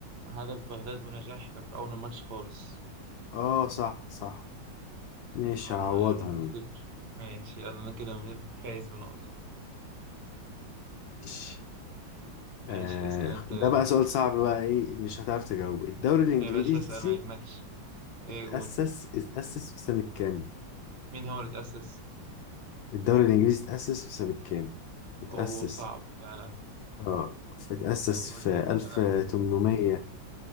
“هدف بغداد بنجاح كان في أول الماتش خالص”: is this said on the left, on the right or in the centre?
Right